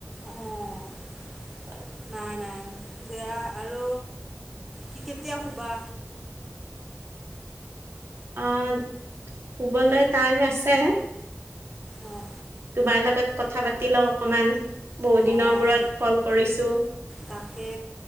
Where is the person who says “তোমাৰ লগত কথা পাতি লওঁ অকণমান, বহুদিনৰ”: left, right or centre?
Right